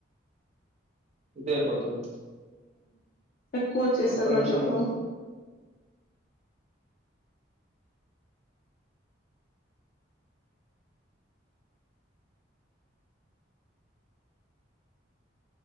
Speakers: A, on the right; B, on the left.
A: ఇది అయిపోతుంది.
B: ఎక్కువ వచ్చేస్తారు
A: ఒక్క
B: కట్టి
A: నిమిషం
B: ఇప్పుడు
A: ఉండు